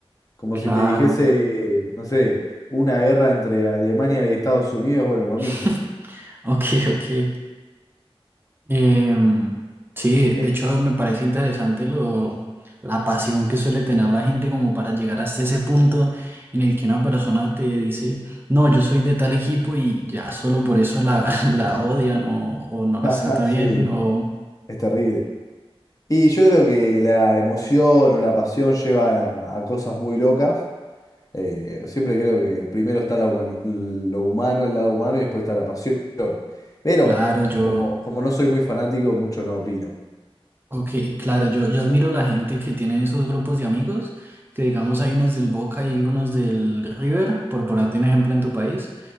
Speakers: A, on the left (about 35°); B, on the right (about 20°).
A: Como
B: Claro.
A: si te dijese, no sé, una guerra entre Alemania y Estados Unidos, bueno, lo mismo.
B: <laughs> Ok, ok. Em, sí, de
A: Es-
B: hecho me parece interesante lo, la pasión que suele tener la gente como para llegar hasta ese punto en el que una persona te dice, no, yo soy de tal equipo y ya solo por eso la, <laughs> la odian o, o
A: <laughs>
B: no las
A: Ajá,
B: trata bien
A: sí,
B: o
A: es terrible. Y yo creo que la emoción o la pasión llevan a, a cosas muy locas. Eh, siempre creo que primero está la humani- lo humano, el lado humano, y después está la pasión. Pero
B: claro, yo...
A: como, como no soy muy fanático, mucho no opino.
B: Ok, claro, yo, yo admiro la gente que tiene esos grupos de amigos, que digamos hay unos del Boca y algunos del River, por ponerte un ejemplo en tu país,